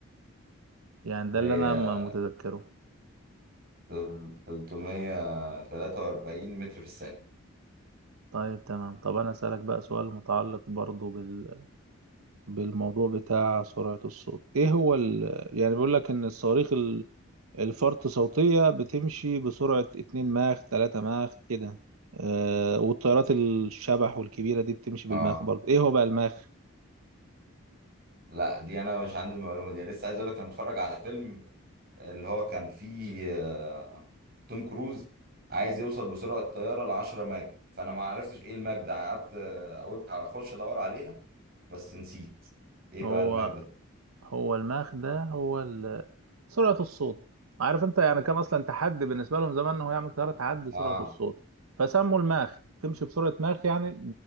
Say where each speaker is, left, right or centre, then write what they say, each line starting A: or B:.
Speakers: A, on the right; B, on the right.
A: يعني ده
B: هي
A: اللي انا م- متذكره
B: تل- 343 متر في الثانيه
A: طيب تمام طب انا اسالك بقى سؤال متعلق برضو بال... بالموضوع بتاع سرعة الصوت ايه هو ال... يعني بيقول لك ان الصواريخ ال- الفرط صوتية بتمشي بسرعة 2 ماخ 3 ماخ كده آه والطيارات الشبح والكبيرة دي بتمشي
B: اه
A: بالماخ برضو ايه هو بقى الماخ
B: لا دي انا مش عندي المعلومه دي انا لسه عايز اقول لك انا متفرج على فيلم اللي هو كان فيه آه، توم كروز عايز يوصل بسرعة الطيارة ل 10 ماج فأنا ما عرفتش إيه الماج ده قعدت آه، أقول هخش أدور عليها بس نسيت إيه
A: هو
B: بقى الماج ده؟
A: هو المخ ده هو ال- سرعة الصوت عارف انت يعني كان اصلا تحدي بالنسبة لهم زمان ان هو يعمل طيارة تعدي سرعة
B: آه
A: الصوت فسموا الماخ تمشي بسرعة ماخ يعني